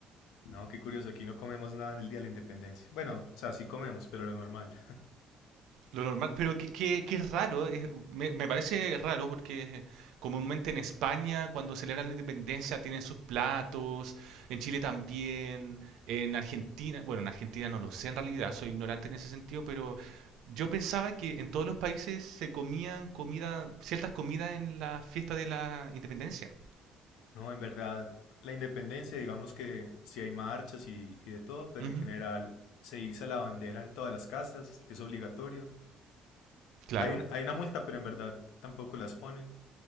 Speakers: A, on the left; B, on the right.
A: No, qué curioso, aquí no comemos nada en el día de la independencia. Bueno, o sea, sí comemos, pero lo normal.
B: Lo normal, pero que, que- que es raro, es- me, me parece raro porque eh, comúnmente en España cuando celebran la independencia tienen sus platos, en Chile también, en Argentina, bueno, en Argentina no lo sé en realidad, soy ignorante en ese sentido, pero yo pensaba que en todos los países se comían comida, ciertas comidas en la fiesta de la independencia.
A: No, en verdad, la independencia, digamos que sí hay marchas y, y de todo, pero
B: Ujú,
A: en general se iza la bandera en todas las casas, es obligatorio.
B: Claro,
A: Hay una, hay una multa, pero en verdad tampoco las ponen.